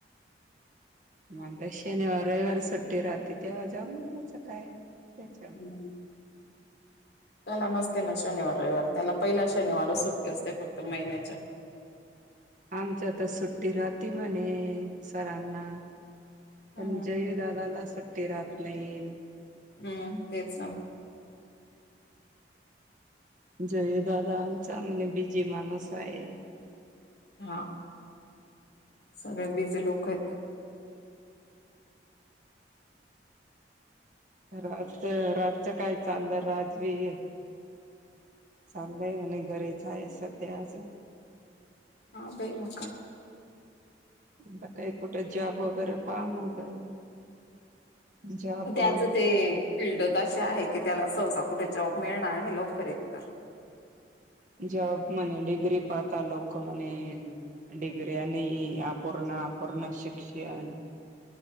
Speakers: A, on the right; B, on the left.
A: म आता शनिवार, रविवार सुट्टी राहती तेव्हा जाऊन यायचं काय त्याच्यात.
B: हम्म त्याला नसते ना शनिवार, रविवार, त्याला पहिला शनिवारच सुट्टी असते फक्त महिन्याच्या
A: आमच्या तर सुट्टी राहती म्हणे सरांना,
B: हम्म
A: पण जयू दादाला सुट्टी राहत नाही.
B: हम्म तेच
A: जयू दादा आमचा बीजी माणूस आहे.
B: हा. सगळे बिझी लोक आहेत.
A: राजच राजच काय चाललं, राजवीर चाललंय म्हणे घरीच आहे सध्या अजून
B: हा बाई मका
A: ब काही कुठे जॉब वगैरे पाहा म्हणतोय. जॉब
B: त्याच
A: व्हा
B: ते फिल्ड तर अशी आहे की त्याला सहसा कुठे जॉब मिळनार नाही लवकर एकतर
A: जॉब म्हणे डीग्री पाहाता लोकं म्हणे. डिगऱ्या नाही अपूर्ण, अपूर्ण शिक्षण